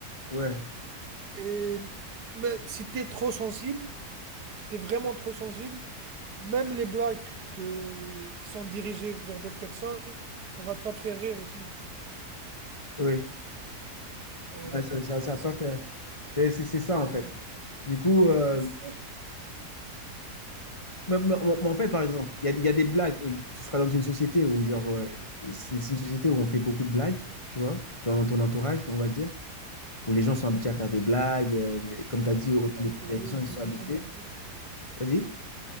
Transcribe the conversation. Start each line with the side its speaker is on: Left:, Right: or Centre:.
Left: Ouais,
Right: Et mais si tu es trop sensible, si tu es vraiment trop sensible, même les blagues que, qui sont dirigées vers d'autres personnes, ça va pas te faire rire aussi.
Left: oui.
Right: Ouais,
Left: Ouais, ça, ça, ça
Right: c'est
Left: a pas
Right: pour
Left: que-
Right: ça.
Left: C'est c'est- c'est ça, en
Right: Ouais.
Left: fait. Du coup. euh,
Right: Et ça, je
Left: Mais, mais- mais en fait, par exemple, il y a, il y a des blagues. où Tu seras dans une société où, genre, euh, c'est c'est une société où on fait beaucoup de blagues, tu vois, genre dans ton entourage,
Right: ouais,
Left: on va dire, où les gens sont habitués à faire des blagues. euh, les- comme tu as dit, au au télévision,
Right: à rigoler, ouais,
Left: ils sont
Right: déconner
Left: habitués.
Right: du tout.
Left: T'as dit?